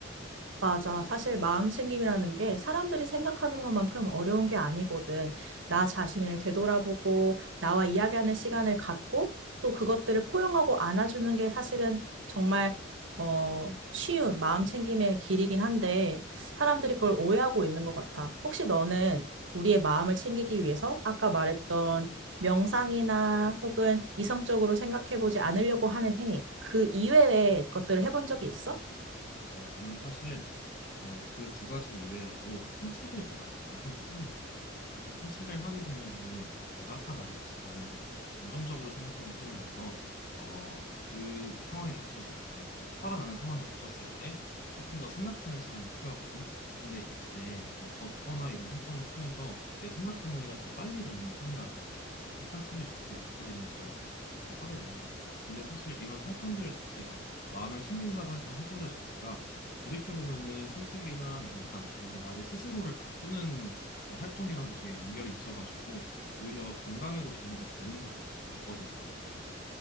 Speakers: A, on the right; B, on the left.
A: 맞아. 사실 마음 챙김이라는 게 사람들이 생각하는 것만큼 어려운 게 아니거든. 나 자신을 되돌아보고 나와 이야기하는 시간을 갖고 또 그것들을 포용하고 안아주는 게 사실은 정말 어, 쉬운 마음 챙김의 길이긴 한데 사람들이 그걸 오해하고 있는 것 같아. 혹시 너는 우리의 마음을 챙기기 위해서 아까 말했던 명상이나 혹은 이성적으로 생각해보지 않으려고 하는 행위, 그 이외의 것들을 해본 적이 있어?
B: 어, 나는 사실 어, 그 두 가지 이외에도 산책을 가장 많이 하는 편이야. 사실 산책을 하게 되면은 내가 아까 말했듯이 나는 감정적으로 생각하는 편이라서 어, 그 상황이 닥쳤을 때 화가 나는 상황이 닥쳤을 때 조금 더 생각하는 시간이 필요하거든. 근데 이때 어, 걷거나 이런 활동을 통해서 내 생각 정리가 더 빨리 되는 편이라서 항상 산책을 같이 곁들이면서 어, 하게 되는 것 같아. 근데 사실 이런 활동들 자체가 마음을 챙긴다고 했던 활동들 자체가 돌이켜보면은 산책이나 명상 이런 게 나를 스스로를 가꾸는 어, 활동이랑도 되게 연결이 있어가지고 오히려 건강에도 도움이 더 되는 것 같- 같거든 나는.